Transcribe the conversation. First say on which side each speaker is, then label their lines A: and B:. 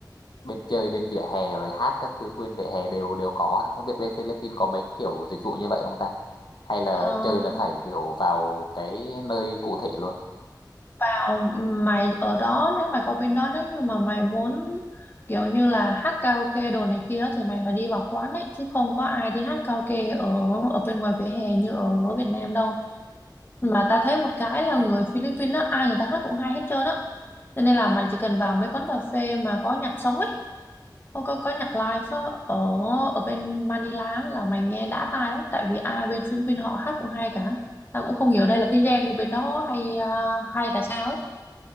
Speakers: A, on the left; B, on the left.
A: bên chơi bên vỉa hè rồi hát các thứ bên vỉa hè đều đều có ha? không biết bên Philippines có mấy kiểu dịch vụ như vậy không ta hay là
B: ờ,
A: chơi là phải kiểu vào cái nơi cụ thể luôn
B: vào mày ở đó nếu mày có bên đó nếu như mà mày muốn kiểu như là hát karaoke đồ này kia thì mày phải đi vào quán ấy chứ không có ai đi hát karaoke ở ở bên ngoài vỉa hè như ở Việt Nam đâu mà ta thấy một cái là người Philippines á ai người ta hát cũng hay hết trơn á cho nên là mày chỉ cần vào mấy quán cà phê mà có nhạc sống ấy không có có nhạc live á, ở ở bên Manila á, là mày nghe đã tai lắm tại vì ai bên Philippines họ hát cũng hay cả ta cũng không hiểu đây là cái gen của bên đó hay à, hay là sao ấy